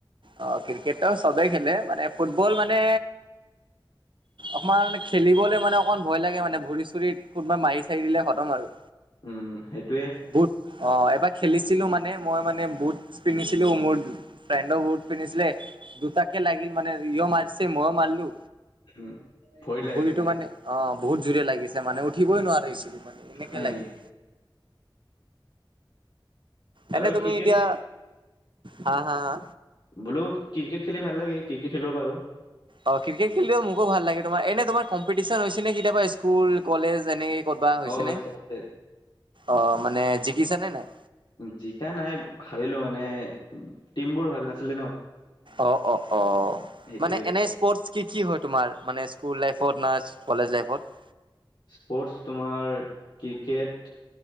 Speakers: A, on the right (about 70°); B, on the left (about 65°).
A: অ ক্ৰিকেট তাও চবেই খেলে মানে ফুটবল মানে অকমান খেলিবলে মানে অকণমান ভয় লাগে মানে ভৰি চৰিত কোনোবা মাৰি চাৰি দিলে খতম আৰু
B: উম সেইটোৱে
A: বুট অ এবাৰ খেলিছিলো মানে মই মানে বুট পিন্ধিছিলো মোৰ ফ্ৰেণ্ডৰ বুট পিন্ধিছিলে দুটাকে লাগিল মানে ইও মাৰিছে মইয়ো মাৰলো
B: উম ভৰিত লাগি
A: ভৰিটো
B: গ'লে
A: মানে অ বহুত জোৰে লাগিছে মানে উঠিবই নোৱাৰিছিলো মানে এনেকে
B: হয়
A: লাগে
B: নেকি বাৰু
A: এনে তুমি
B: ক্ৰিকেট
A: এতিয়া হা হা হা
B: বোলো ক্ৰিকেট খেলি ভাল লাগে ক্ৰিকেট খেলিব পাৰো
A: অ ক্ৰিকেট খেলিও মোকো ভাল লাগে তোমাৰ এনে তোমাৰ কম্পিটিশন হৈছে নে কেতিয়াবা স্কুল কলেজ এনেকে ক'ত বা হৈছে
B: অ
A: নে
B: আছে
A: অ মানে জিকিছা নে নাই
B: জিকা নাই হাৰিলোঁ মানে টিম বোৰ ভাল নাছিলে ন
A: অ অ অ
B: সেইটোৱে
A: মানে এনে
B: ক
A: স্পৰ্টছ কি কি হয় তোমাৰ মানে স্কুল লাইফত না-চ কলেজ লাইফত
B: স্পৰ্টছ তোমাৰ ক্ৰিকেট